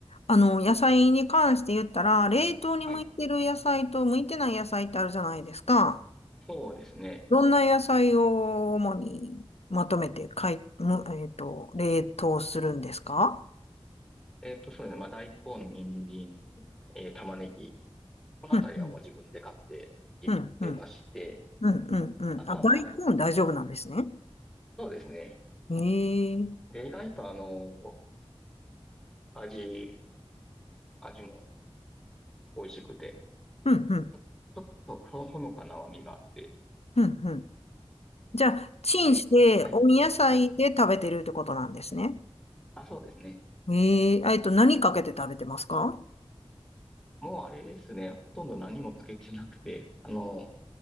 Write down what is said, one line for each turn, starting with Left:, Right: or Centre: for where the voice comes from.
Left: あの、野菜に関して言ったら、冷凍に向いてる野菜と向いてない野菜ってあるじゃないですか。
Centre: はい。そうですね。
Left: どんな野菜を主にまとめてかい、むえっと、冷凍するんですか
Centre: えっと、そうですね。まあ、大根、人参、えー玉ねぎ、このあたりはもう自分で買っていってまして、
Left: うん、うん、うん、うん、うん、うん。
Centre: あとはまあ、
Left: あ、大根大丈夫なんですね。
Centre: そうですね。
Left: ええ、うん、
Centre: で、意外とあの、味、味も美味しくて、
Left: うん、
Centre: ちょ、ちょっとほほのかな甘みがあって、
Left: うん、うん。じゃあ、チンして、
Centre: で、はい、
Left: 温野菜で食べてるってことなんですね。
Centre: はい。あ、そうですね。
Left: ええ、えっと、何かけて食べてますか
Centre: もうあれですね。ほとんど何もつけてなくて、あの、